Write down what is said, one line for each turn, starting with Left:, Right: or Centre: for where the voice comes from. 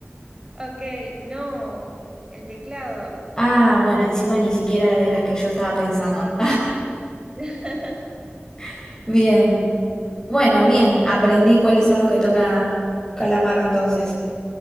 Right: Ok, no, el teclado.
Left: Ah, bueno, encima ni siquiera de las que yo estaba pensando.
Right: <laughs>
Left: <laughs> Bien. Bueno, bien, aprendí cuáles son los que toca Calamaro entonces.